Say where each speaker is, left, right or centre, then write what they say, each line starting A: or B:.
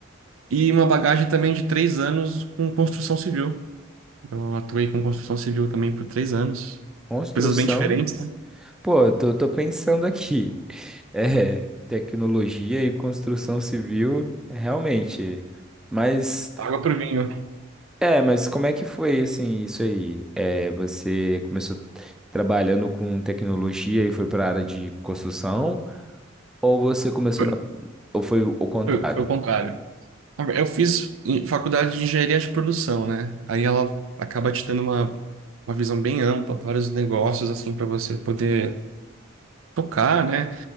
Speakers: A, on the right (about 85°); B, in the centre.
A: e uma bagagem também de três anos com construção civil. Eu atuei com construção civil também por três anos,
B: Construção?
A: coisas bem diferentes.
B: Pô, eu tô, tô pensando aqui. <laughs> É, tecnologia e construção civil, é, realmente. Mas,
A: Água pro vinho.
B: é, mas como é que foi, assim, isso aí? É, você começou trabalhando com tecnologia e foi para a área de construção? Ou você começou
A: Foi,
B: na... Ou foi o contrário?
A: foi- foi o contrário. Eu fiz em- faculdade de engenharia de produção, né? Aí ela acaba te dando uma, uma visão bem ampla, vários negócios, assim, para você poder tocar, né?